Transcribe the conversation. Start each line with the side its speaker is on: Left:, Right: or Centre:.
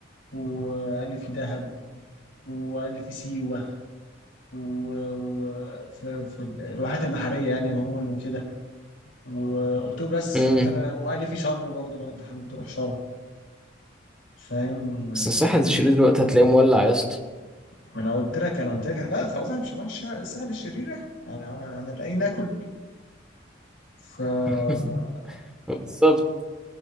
Left: وقال لي في دهب وقال لي في سيوة وفي الواحات البحرية يعني عموما وكده وقلت له بس
Centre: امم
Left: رحت انا وقال لي في شرم برضه لو انت حابب تروح شرم فاهم آه،
Centre: بس الساحل الشرير دلوقتي هتلاقيه مولع يا اسطى
Left: ما انا قلت لك انا قلت لك لا خلاص انا مش هروح الش- الساحل الشرير احنا يعني انا أنا لاقي ناكل فرحت
Centre: <laughs> بالظبط